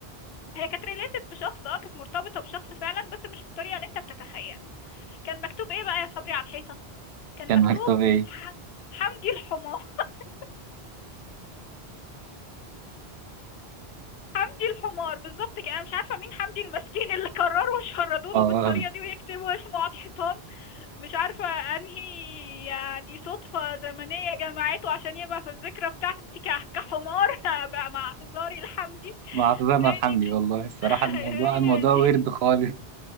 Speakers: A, on the left; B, on the right.
A: كانت ريليتد بشخص اه كانت مرتبطة بشخص فعلا بس مش بالطريقة اللي انت بتتخيلها كان مكتوب ايه بقى يا صبري على الحيطة كان
B: كان
A: مكتوب
B: مكتوب ايه
A: ح- حمدي الحمار <laughs> حمدي الحمار بالظبط كده انا مش عارفه مين حمدي المسكين اللي قرروا يشردوا
B: اه
A: له بالطريقه دي
B: <laughs>
A: ويكتبوا اسمه على الحيطان مش عارفة انهي يعني صدفة زمنية جمعته عشان يبقى في الذكرى بتاعتي ك- كحمار <laughs> بقى مع اعتذاري لحمدي
B: مع اعتذارنا
A: فهي
B: الحمدي
A: دي ك-
B: والله الصراحه
A: <laughs>
B: الموضوع
A: هي
B: الموضوع
A: دي
B: ورد خالص